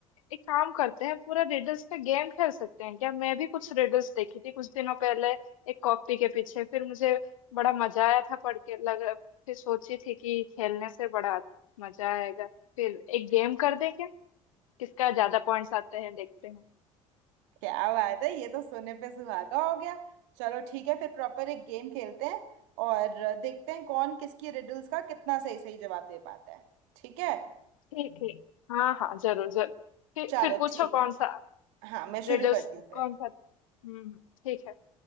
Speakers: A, on the left; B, on the right.
A: एक काम करते हैं पूरा रिडल्स का गेम खेल सकते हैं क्या मैं भी कुछ रिडल्स देखी थी कुछ दिनों पहले एक कॉपी के पीछे फिर मुझे बड़ा मजा आया था पढ़ के लग फिर सोची थी कि खेलने से बड़ा मजा आएगा फिर एक गेम कर दें क्या किसका ज्यादा पॉइंट्स आते हैं देखते हैं
B: क्या बात है ये तो सोने पे सुहागा हो गया चलो ठीक है फिर प्रॉपर एक गेम खेलते हैं और देखते हैं कौन किसकी रिडल्स का कितना सही सही जवाब दे पाता है ठीक है
A: ठीक ठीक हाँ हाँ जरूर जरूर फिर
B: चलो
A: फिर पूछो
B: ठीक
A: कौन
B: है
A: सा
B: हाँ मैं शुरू
A: रिडल्स
B: करती हूँ फिर
A: कौन सा हम्म हम्म, ठीक है